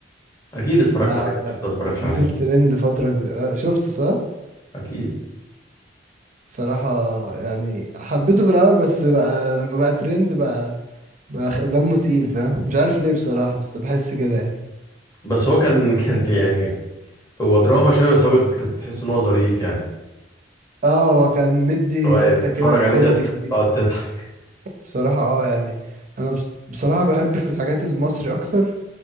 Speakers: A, on the left (about 20°); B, on the right (about 45°).
A: اكيد اتفرجت
B: ده
A: عليه أكيد ما اتفرجش
B: نزل
A: عليه
B: ترند فترة كبيرة آه، شفته صح؟
A: اكيد
B: صراحة يعني حبيته في الأول بس بقى لما بقى ترند بقى بقى خ- دمه تقيل فاهم مش عارف ليه بصراحة بس بحس كده يعني
A: بس هو كان كان يعني هو دراما شويه بس هو كنت كنت تحس ان هو ظريف يعني
B: اه وكان مدي
A: هو
B: حتة
A: اللي تتفرج
B: كده كوميدي
A: عليه تضحك
B: خفيف
A: اه تضحك
B: بصراحة اه يعني أنا بص- بصراحة بحب في الحاجات المصري أكتر